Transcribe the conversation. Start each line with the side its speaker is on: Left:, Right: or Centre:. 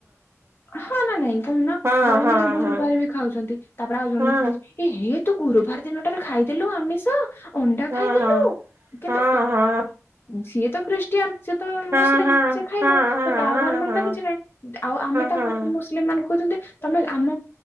Left: ହଁ ନା ନାଇଁ କହୁନ
Right: ହଁ
Left: ଜଣେ
Right: ହଁ
Left: ଜଣେ ଗୁରୁବାର
Right: ହଁ
Left: ବି ଖାଉଛନ୍ତି। ତାପରେ ଆଉ ଜଣ
Right: ହଁ
Left: ଦେଖିବେ ଏହେ ତୁ ଗୁରୁବାର ଦିନଟାରେ ଖାଇଦେଲୁ ଆମିଷ ଅଣ୍ଡା
Right: ହଁ
Left: ଖାଇଦେଲୁ।
Right: ହଁ
Left: କିନ୍ତୁ
Right: ହଁ ହଁ।
Left: ସିଏ ତ ଖ୍ରୀଷ୍ଟିଆନ ସିଏ ତ
Right: ହଁ
Left: ମୁସଲିମ
Right: ହଁ
Left: ସିଏ ଖାଇବ
Right: ହଁ
Left: ତ ତାର ଧର୍ମରେ
Right: ହଁ
Left: ତ କିଛି ନାହିଁ। ଆଉ ଆମେ ତାଙ୍କୁ
Right: ହଁ
Left: ମୁସଲିମ ମାନଙ୍କୁ କହୁଛନ୍ତି ତମେ ଆମ